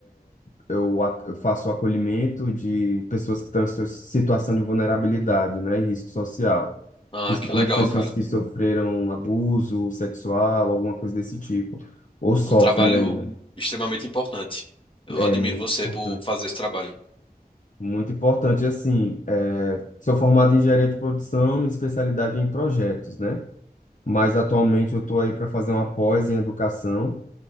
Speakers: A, on the left; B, on the left.
A: Eu, a- eu faço acolhimento de pessoas que estão em sua situação de vulnerabilidade, né, e risco social.
B: Ah,
A: Principalmente
B: que legal,
A: pessoas
B: cara.
A: que sofreram abuso sexual, alguma coisa desse tipo, ou sofrem
B: É um trabalho
A: Uhum. ainda.
B: extremamente importante. Eu
A: É
B: admiro
A: muito
B: você
A: importante.
B: por fazer esse trabalho.
A: Muito importante, assim, é, sou formado em engenharia de produção, minha especialidade é em projetos, né? Mas atualmente eu estou aí para fazer uma pós em educação,